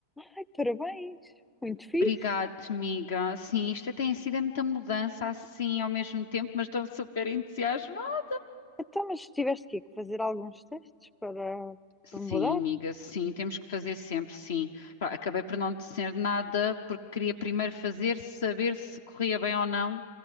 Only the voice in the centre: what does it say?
Ai, parabéns, muito fixe.
Então, mas tiveste que fazer alguns testes para,
para mudar?